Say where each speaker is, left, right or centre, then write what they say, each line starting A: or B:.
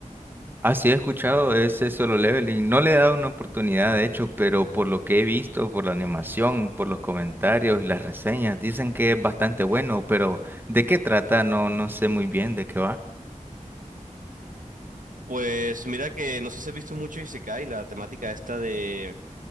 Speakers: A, on the right; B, on the right.
A: Así he escuchado ese Solo Leveling. No le he dado una oportunidad, de hecho, pero por lo que he visto, por la animación, por los comentarios y las reseñas, dicen que es bastante bueno, pero ¿de qué trata? No, no sé muy bien de qué va.
B: Pues mira que no sé si has visto mucho Isekai, la temática esta de